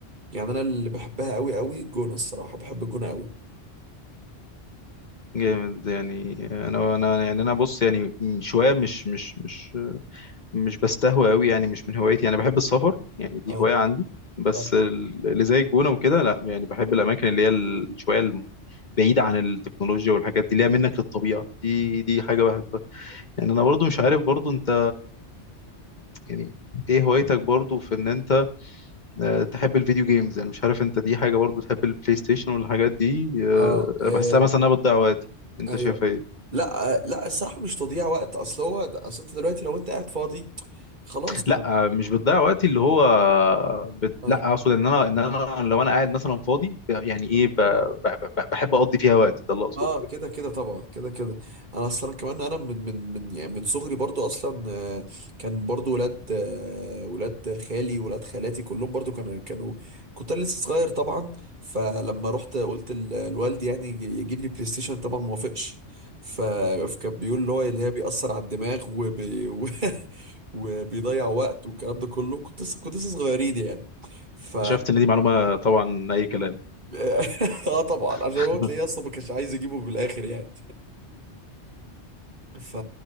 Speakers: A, on the right (about 45°); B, on the left (about 40°).
A: يعني انا اللي بحبها قوي قوي الجونة الصراحة بحب الجونة قوي
B: جامد يعني انا انا يعني انا بص يعني شويه مش مش مش مش بستهوى قوي يعني مش من هوايتي يعني بحب السفر يعني دي
A: اه
B: هواية عندي بس
A: اه
B: ال- اللي زي الجونة وكده لا يعني بحب الأماكن اللي هي ال- شوية الم- بعيدة عن التكنولوجيا والحاجات دي اللي هي منك للطبيعة دي دي حاجة بحبها يعني أنا برضو مش عارف برضو أنت يعني إيه هوايتك برضو في إن أنت آه، تحب الفيديو جيمز يعني مش عارف أنت دي حاجة برضو تحب البلاي ستيشن والحاجات دي آه،
A: اه
B: أنا
A: آه،
B: بحسها مثلا إنها بتضيع وقتي أنت
A: ايوه
B: شايف إيه؟
A: لا آه، لا الصراحه مش تضييع وقت اصل هو ده- اصل انت دلوقتي لو انت قاعد فاضي خلاص
B: لا
A: بقى.
B: مش بتضيع وقتي اللي هو بت...
A: اه
B: لا اقصد ان انا ان انا لو انا قاعد مثلا فاضي يعني ايه
A: آه.
B: ب... ب... ب... بحب اقضي فيها وقتي ده اللي اقصده
A: اه كده كده طبعا كده كده انا اصلا كمان انا من من من يعني من صغري برضو اصلا آه، كان برضو ولاد آه، ولاد خالي ولاد خالاتي كلهم برضو كانوا كانوا كنت أنا لسه صغير طبعا فلما رحت قلت ل- لوالدي يعني يجي- يجيب لي بلاي ستيشن طبعا ما وافقش ف- فكان بيقول اللي هو اللي هي بيأثر على الدماغ وبي <laughs> و- وبيضيع وقت والكلام ده كله كنت لسه كنت لسه صغيرين يعني ف
B: اكتشفت ان دي معلومه طبعا اي كلام
A: <laughs> اه طبعا عشان
B: <laughs>
A: هو تلاقيه اصلا ما كانش عايز يجيبه بالاخر يعني ف...